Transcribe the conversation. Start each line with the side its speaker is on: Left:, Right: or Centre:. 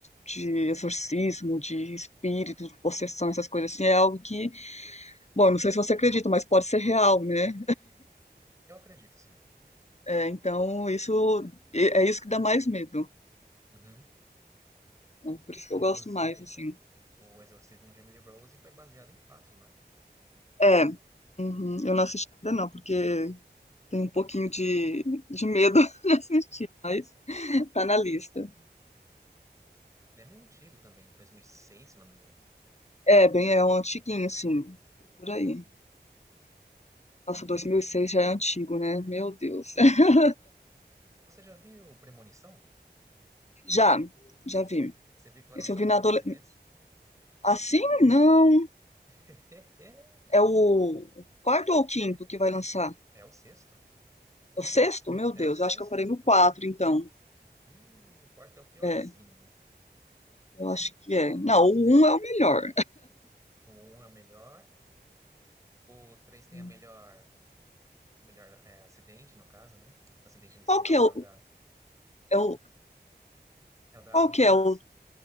Left: de, de exorcismo, de espírito, de possessão, essas coisas assim, é algo que, bom, eu não sei se você acredita, mas pode ser real, né?
Right: Eu acredito, sim.
Left: É, então, isso é é isso que dá mais medo.
Right: Uhum.
Left: Então, por isso que
Right: Inclusive,
Left: eu gosto mais, assim.
Right: o Exorcismo de Emily Rose foi baseado em fatos, não é?
Left: É, uhum, eu não assisti ainda não, porque tem um pouquinho de, de medo <laughs> de assistir, mas tá na lista.
Right: Ele é meio antigo também, 2006, se não me engano.
Left: É, bem, é um antiguinho, assim, por aí. Nossa, 2006 já é antigo, né? Meu Deus. <laughs>
Right: Você já viu Premonição?
Left: Já, já vi.
Right: Você viu que vai
Left: Esse
Right: lançar
Left: eu vi
Right: um
Left: na
Right: novo
Left: adolescência.
Right: esse mês?
Left: Assim, não.
Right: <laughs>
Left: É o quarto ou o quinto que vai lançar?
Right: É o sexto.
Left: É o sexto? Meu
Right: É
Left: Deus,
Right: o sexto.
Left: eu acho que eu parei no quatro, então.
Right: Ih, o quarto é o piorzinho.
Left: É, eu acho que é. Não, o um é o melhor.
Right: O um é o melhor. O três tem
Left: <laughs>
Right: a melhor, melhor é, acidente, no caso, né? Acidente inicial,
Left: Qual que é
Right: que
Left: o...
Right: é o da,
Left: É o...
Right: é o da
Left: Qual
Right: montanha-russa.
Left: que é o...